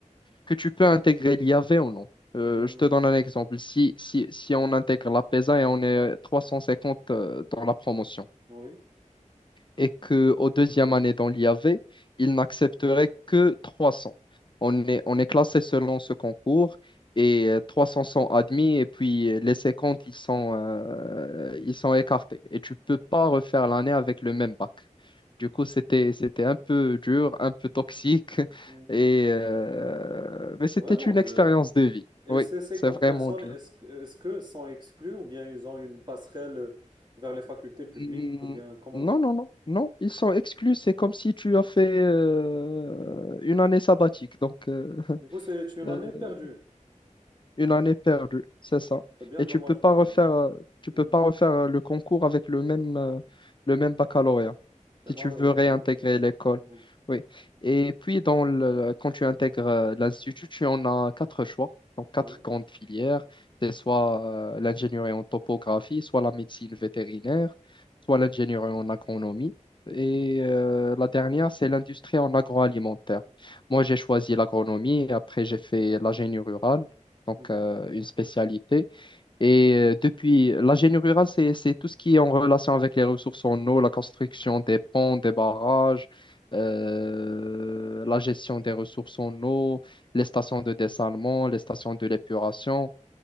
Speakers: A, on the left; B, on the right.
A: que tu peux intégrer l'IAV ou non. Euh,
B: Mhm,
A: je te donne un exemple. Si, si, si on intègre la PESA et on est 350 euh, dans la promotion,
B: Oui.
A: et qu'au deuxième année dans l'IAV, ils n'accepteraient que 300. On est, on est classé selon ce concours et euh, 300 sont admis et puis euh, les 50, ils sont, euh, ils sont écartés. Et tu peux pas refaire l'année avec le même bac. Du coup, c'était, c'était un peu dur, un peu toxique, <laughs>
B: Mhm.
A: et, euh, mais c'était
B: C'est vraiment
A: une
B: dur.
A: expérience de vie.
B: Et
A: Oui,
B: ces 50
A: c'est vraiment
B: personnes,
A: dur.
B: est-ce, que- est-ce que sont exclues ou bien ils ont une passerelle vers les facultés publiques
A: Mm,
B: ou bien comment
A: Non,
B: ils font?
A: non, non, non, ils sont exclus. C'est comme si tu as fait euh, une année sabbatique. Donc, euh,
B: Du coup, c'est une
A: <laughs>
B: année perdue.
A: Une année perdue, c'est ça.
B: C'est bien
A: Et
B: dommage
A: tu peux pas
B: pour
A: refaire,
B: eux. hein.
A: euh, tu peux
B: Mhm.
A: pas refaire euh, le concours avec le même, euh, le même baccalauréat
B: C'est
A: si
B: malheureux,
A: tu veux
B: honnêtement.
A: réintégrer l'école.
B: Mhm.
A: Oui. Et puis dans le, quand tu intègres euh, l'institut, tu en as quatre choix, donc quatre
B: Oui.
A: grandes filières. C'est soit euh, l'ingénierie en topographie, soit la médecine vétérinaire, soit l'ingénierie en agronomie.
B: Mhm.
A: Et euh, la dernière, c'est l'industrie en agroalimentaire. Moi, j'ai choisi l'agronomie, et après j'ai fait l'ingénierie rurale donc
B: Mhm.
A: euh, une spécialité. Et euh, depuis, la génie rurale, c'est, c'est tout ce qui est en relation avec les ressources en eau, la construction des ponts, des barrages, euh, la gestion des ressources en eau, les stations de dessalement, les stations de l'épuration.